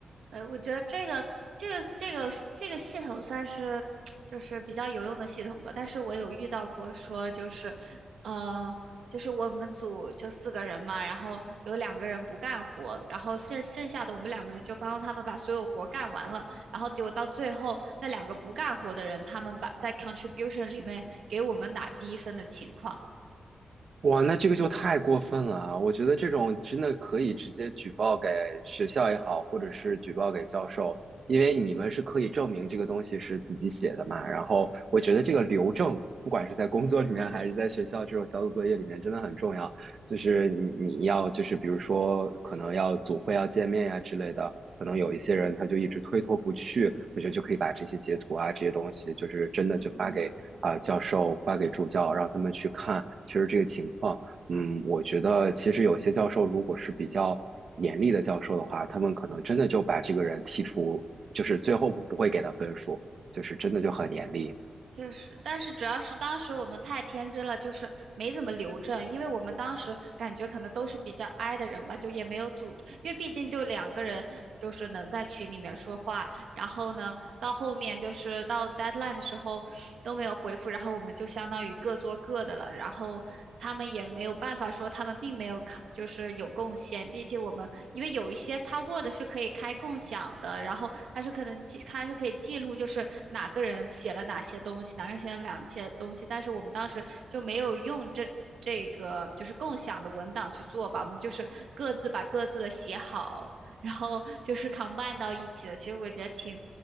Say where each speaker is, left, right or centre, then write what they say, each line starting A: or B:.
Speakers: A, on the right; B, on the right.
A: 呃，我觉得这个这个这个这个系统算是 <tsk> 就是比较有用的系统吧，但是我有遇到过说就是，呃，就是我们组就四个人嘛，然后有两个人不干活，然后剩剩下的我们两个人就帮他们把所有活干完了，然后结果到最后那两个不干活的人，他们把在 contribution 里面给我们打低分的情况。
B: 哇，那这个就太过分了啊！我觉得这种真的可以直接举报给学校也好，或者是举报给教授，因为你们是可以证明这个东西是自己写的嘛。然后我觉得这个留证，不管是在工作里面还是在学校这种小组作业里面，真的很重要。就是你你要就是比如说可能要组会要见面呀、之类的，可能有一些人他就一直推脱不去，我觉得就可以把这些截图啊这些东西，就是真的就发给啊、
A: 嗯，
B: 呃教授，发给助教，让他们去看，确实这个情况。嗯，我觉得其实有些教授如果是比较严厉的教授的话，他们可能真的就把这个人剔除，就是最后不会给他分数，就是真的就很严厉。
A: 嗯，确实，但是主要是当时我们太天真了，就是没怎么留证，因为我们当时感觉可能都是比较 i 的人吧，就也没有组织因为毕竟就两个人，就是能在群里面说话，然后呢，到后面就是到 deadline 的时候都没有回复，然后我们就相当于各做各的了，然后他们也没有办法说他们并没有看，就是有贡献，毕竟我们因为有一些它 Word 是可以开共享的，然后它是可能记，它是可以记录就是哪个人写了哪些东西，哪个人写了哪些东西，但是我们当时就没有用这。这个就是共享的文档去做吧，我们就是各自把各自的写好，然后就是 combine 到一起的。其实我觉得挺